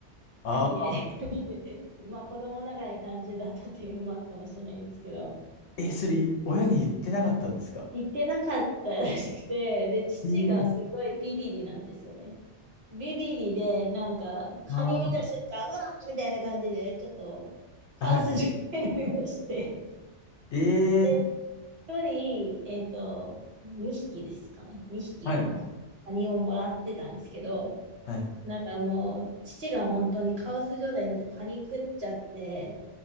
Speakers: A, on the left; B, on the right.
A: ああ、
B: カニで、カニで、まあ子供ながらに単純だったっていうのもあるかもしれないんですけど、
A: え、それ、親に言ってなかったんですか
B: 行ってなかったらしくて、で、父がすごいビビリなんですよね。
A: えー、
B: ビビリで、なんかカニ見た瞬間、
A: あー
B: うわーみたいな感じで、ちょっと
A: はい。
B: カオス状態になりまして。
A: ええ
B: で、一人、えっと、2匹ですかね。2匹も、
A: はい。
B: <laughs> カニをもらってたんですけど、
A: はい。
B: なんかもう、父が本当にカオス状態になってパニックっちゃって、